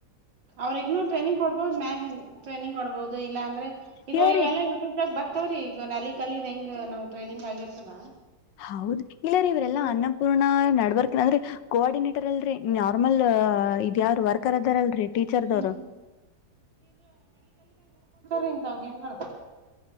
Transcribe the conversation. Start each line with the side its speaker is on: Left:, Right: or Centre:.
Right: ಅವ್ರಗ್ನುೂ ಟ್ರೈನಿಂಗ್ ಕೊಡ್ಬಹುದು ಮ್ಯ ಟ್ರೈನಿಂಗ್ ಕೊಡ್ಬಹುದು ಇಲ್ಲಾಂದ್ರೆ ಈಗ
Left: ಇಲ್ಲರಿ
Right: ಇವೆಲ್ಲಾಗ ಬ ಾವ್ರೀ ಈಗ ನ ಅಲಿ ಕಾಲನ್ ಹೆಂಗ್ ನಾವವು ಟ್ರೈನಿಂಗ್ ಆಗಿರ್ತದ
Left: ಹೌದು ಇಲ್ಲರಿೀ ಇವ್ರಲ್ಲಾ
Right: ಇವ್
Left: ಅನ್ನಪೂರ್ಣ ನ ಅಂದ್ರೆ ಕೋಆರ್ಡಿನೇಟರ್ ಅಲ್ ನಾರ್ಮಲ್ ಯಾರು ವರ್ಕರ್ ಅದಾರಲ್ರಿ ಟೀಚರ್ದವರು
Right: ಹ್ಮ್ ರಿಂತ ಅವ ಗ ಹೆಂಗಳ